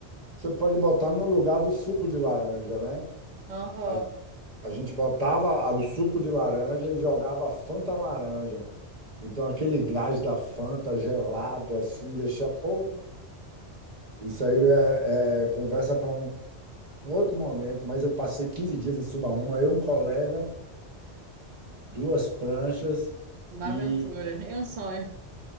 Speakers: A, on the right; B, on the right.
A: Você pode botar no lugar do suco de laranja, né?
B: Uhum.
A: Aí a gente botava a- o suco de laranja e jogava Fanta laranja. Então, aquele gás da Fanta gelado, assim, deixa. Pô, isso aí é, é conversa para um outro momento, mas eu passei 15 dias em Subaúma, eu um colega, duas pranchas,
B: Uma
A: e
B: aventura <laughs> e um sonho.